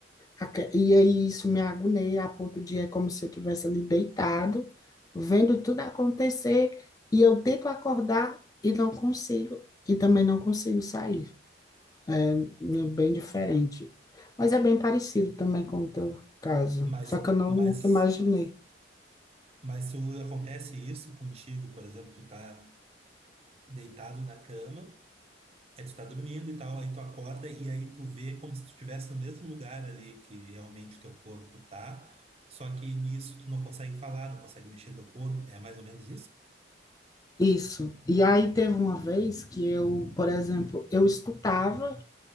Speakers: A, on the left; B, on the right.
A: aque- E aí isso me agonia a ponto de é como se eu tivesse ali deitado, vendo tudo acontecer, e eu tento acordar e não consigo, e também não consigo sair. É bem diferente. Mas é bem parecido também com o teu caso,
B: Mas,
A: só que eu não
B: mas,
A: nunca imaginei.
B: mas se acontece isso contigo, por exemplo, tu tá deitado na cama. Aí tu tá dormindo e tal, aí tu acorda e aí tu vê como se tu estivesse no mesmo lugar ali que realmente teu corpo tá, só que nisso tu não consegue falar, não consegue mexer teu corpo, é mais ou menos isso?
A: Isso. E aí teve uma vez que eu, por exemplo, eu escutava